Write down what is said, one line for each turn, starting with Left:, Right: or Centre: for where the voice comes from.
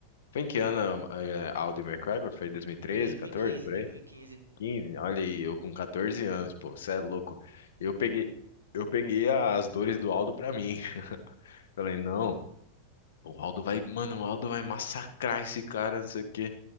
Left: Foi em que ano é, Aldo e McGregor? Foi em 2013,
Right: Foi 2015,
Left: 14, por
Right: 2015.
Left: aí? 15? Olha aí, eu com 14 anos, pô, cê é louco. Eu peguei, eu peguei as dores do Aldo pra mim. <laughs> Falei, não, o Aldo vai, mano, o Aldo vai massacrar esse cara, não sei o quê.